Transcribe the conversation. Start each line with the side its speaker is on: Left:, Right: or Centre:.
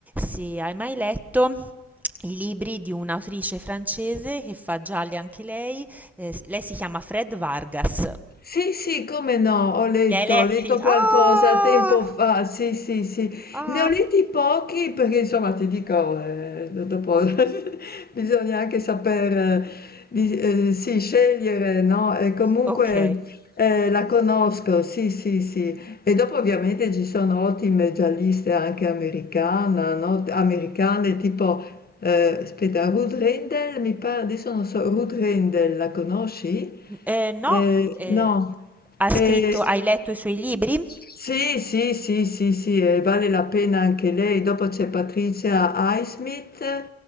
Centre: se hai mai letto i libri di un'autrice francese che fa gialli anche lei, eh, s- lei si chiama Fred Vargas.
Left: Sì, sì, come no, ho letto,
Centre: Li hai letti?
Left: ho letto qualcosa
Centre: Ah!
Left: tempo fa, sì, sì, sì.
Centre: Ah!
Left: Ne ho letti pochi perché insomma ti dico, eh, dopo <laughs> bisogna anche saper, eh, di- eh, sì, scegliere, no? E comunque
Centre: Ok.
Left: eh, la conosco, sì, sì, sì. E dopo ovviamente ci sono ottime gialliste anche americana, no? Americane tipo eh, aspetta, Ruth Rendell, mi pare, adesso non so, Ruth Rendell, la conosci?
Centre: Eh, no,
Left: Eh,
Centre: eh,
Left: no,
Centre: ha scritto,
Left: Eh,
Centre: hai letto i suoi libri?
Left: sì, sì, sì, sì, sì, eh, vale la pena anche lei. Dopo c'è Patricia Highsmith,